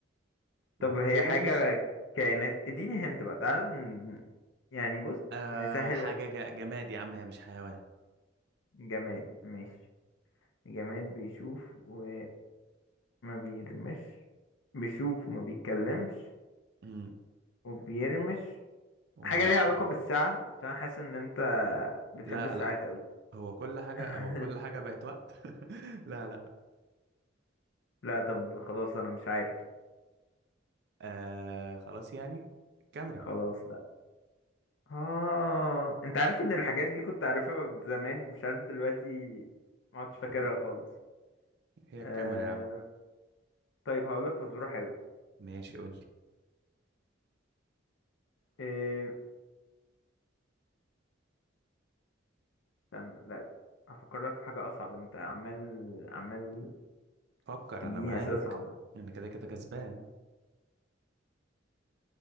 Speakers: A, on the right (about 60°); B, on the left (about 75°).
A: وبترمش
B: طب هي حاجة كائنات اديني هنت بقى تعالى ن- يعني بص
A: آه
B: نسهل
A: حاجة
B: لك.
A: جا- جماد يا عم هي مش حيوان
B: جماد ماشي جماد بيشوف وما بيرمش بيشوف وما بيتكلمش
A: امم
B: وبيرمش
A: وما
B: حاجة
A: عندوش
B: ليها علاقة
A: عينين
B: بالساعة عشان أنا حاسس ان انت بتحب
A: لا
B: الساعات
A: لا
B: اوي
A: هو كل حاجة
B: <laughs>
A: هو كل حاجة بقت وقت <laughs> لا لا
B: لا طب خلاص انا مش عارف
A: آه خلاص يعني الكاميرا
B: خلاص اه انت عارف ان الحاجات دي كنت عارفها زمان مش عارف دلوقتي ما عدتش
A: <laughs>
B: فاكرها خالص
A: هي الكاميرا
B: آه...
A: يا عم
B: طيب هقول لك فزوره حلوه
A: ماشي قول لي
B: آه... استنى لا هفكرك في حاجه اصعب انت عمال عمال
A: فكر
B: تديني
A: انا معاك
B: اسئله صعبه
A: انا كده كده كسبان